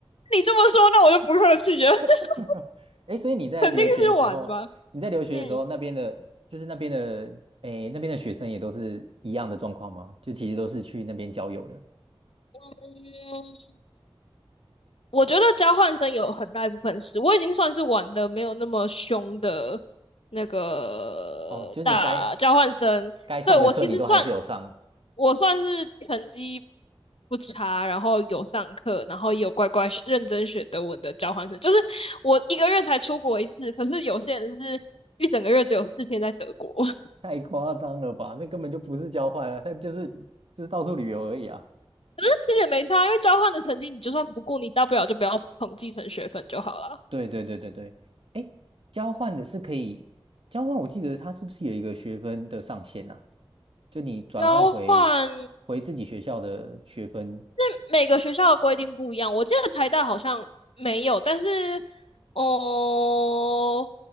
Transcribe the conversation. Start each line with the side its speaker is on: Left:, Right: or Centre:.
Left: 你这么说，那我就不客气了，<laughs>
Right: <laughs> 哎，所以你在留学的时候，
Left: 肯定是玩吧。
Right: 你在留学的时候，
Left: 嗯
Right: 那边的，就是那边的，哎，那边的学生也都是一样的状况吗？就其实都是去那边交友的。
Left: 嗯，我觉得交换生有很大一部分是，我已经算是玩的没有那么凶的那个大交换生。
Right: 哦，就是你该该上的课你都还是有上，
Left: 对，我其实算，我算是成绩不差，然后有上课，然后也有乖乖学认真学德文的交换生。就是我一个月才出国一次，可是有些人是一整个月只有四天在德国，<laughs>
Right: <laughs> 太夸张了吧？那根本就不是交换啊，他就是就是到处旅游而已啊。
Left: 可是其实也没差，因为交换的成绩你就算不顾，你大不了就不要统计成学分就好了。
Right: 对对对对对，哎，交换的是可以交换，我记得它是不是有一个学分的上限啊？就你转换回
Left: 交换。
Right: 回自己学校的学分，
Left: 是每个学校的规定不一样，我记得台大好像没有，但是哦，